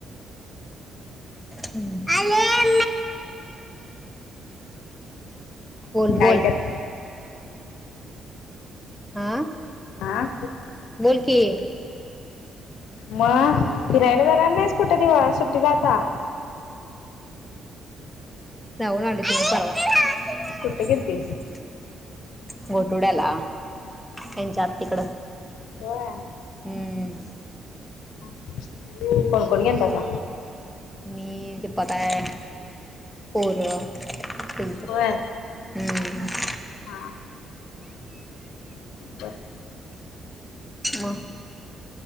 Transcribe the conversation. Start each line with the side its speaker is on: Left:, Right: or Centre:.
Centre: हम्म आले बोल
Left: काय
Centre: बोल
Left: कर
Centre: हा.
Left: आं
Centre: बोल की
Left: मग फिरायला जाणार नाहीस कुठं दिव सुट्टीला आता
Centre: जाऊन आलो <unintelligible>
Left: कुठे गेलतीस
Centre: घोटवड्याला ह्यांच्या आत्तीकडं
Left: होय.
Centre: हम्म.
Left: <inaudible> कोण कोण गेलतासा
Centre: मी दिपाताइं पोरं गेलतो
Left: होय
Centre: हम्म <inaudible>
Left: हा बर
Centre: म